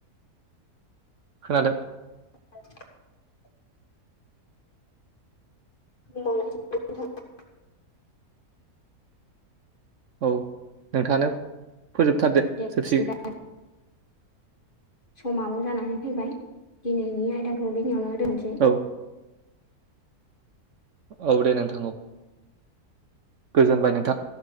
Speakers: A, on the right (about 60°); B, on the left (about 35°).
A: खोनादो
B: <inaudible> <unintelligible>
A: औ नोंथाङानो फोजोबथारदो
B: दे बिदिबा
A: जोबसिगोन
B: समाबो जानानै फैबाय दिनैनि आयदाखौ बेखिनियावनो दोननोसै
A: औ औ दे नोंथां औ गोजोनबाय नोंथां